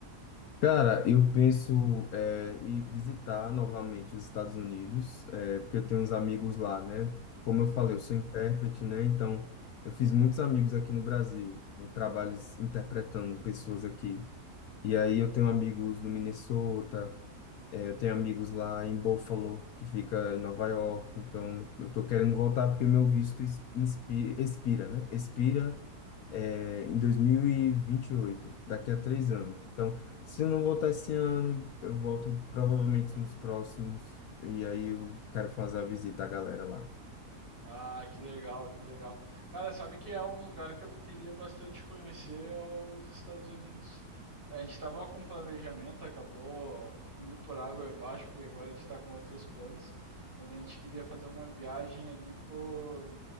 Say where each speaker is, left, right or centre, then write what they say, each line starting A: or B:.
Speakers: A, on the left (about 70°); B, on the right (about 30°).
A: Cara, eu penso é, em visitar novamente os Estados Unidos, é, porque eu tenho uns amigos lá, né? Como
B: Uhum.
A: eu falei, eu sou intérprete, né? Então, eu fiz muitos amigos aqui no Brasil, eu trabalho interpretando pessoas aqui. E aí eu tenho amigos no Minnesota, é, eu tenho amigos lá em Buffalo, que fica em Nova York, então eu tô querendo voltar porque o meu visto is- inspi- expira, né? Expira, é, em 2028, daqui
B: Hum.
A: a três anos. Então, se eu não voltar esse ano, eu volto provavelmente nos próximos, e aí eu quero fazer a visita à galera lá.
B: Ah, que legal, que legal. Cara, sabe que é um lugar que eu queria bastante conhecer é os Estados Unidos. A gente estava com planejamento, acabou indo por água abaixo, porque agora a gente está com outros planos, mas a gente queria fazer uma viagem ali por.